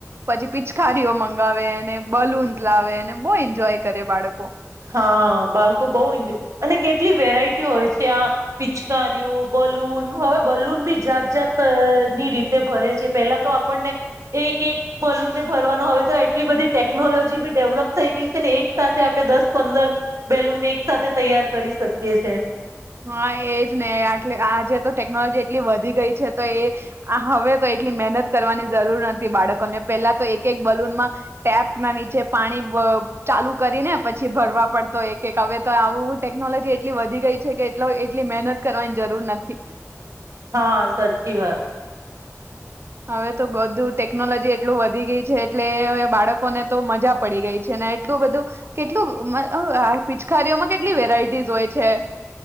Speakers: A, on the right (about 50°); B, on the right (about 70°).
A: પછી પિચકારીઓ મંગાવે બલૂન્ લાવે અને બહુ એન્જોય કરે બાળકો
B: હા બાળકો બઉુ ન્જોય અને કેટલી વેરાયટી હોય છે આ પિચકારીઓ બલૂન હવે બલૂન બી જાત જાત ની રીતે ભરે છે પેલા તો આપણને એક એક બલૂનને ભરવાનો હવે તો એટલી બધી ટેકનોલોજી બી ડેવલપ થઈ ગઈ છે ને એક સાથે આપણે દસ પંદર બેલુન એક સાથે તૈયાર કરી શકીએ છે.
A: હા એજ ને આટલે આજે તો ટેકનોલોજી એટલી વધી ગઈ છે તો એ હવે તો એટલી મહેનત કરવાની જરૂર નથી બાળકોને પેલા તો એક એક બલૂનમાં ટેપ ના નીચે પાણી ચાલુ કરીને પછી ભરવા પડતો એક એક હવે તો આવું ટેકનોલોજી એટલી વધી ગઈ છે કે એ એટલી મહેનત કરવાની જરૂર નથી.
B: હા સાચી વાત.
A: હવે તો બધું ટેકનોલોજી એટલું વધી ગઈ છે એટલે બાળકોને તો મજા પડી ગઈ છે ને એટલું બધું કેટલું પિચકારઓમાં કેટલી વેરાયટીસ હોય છે.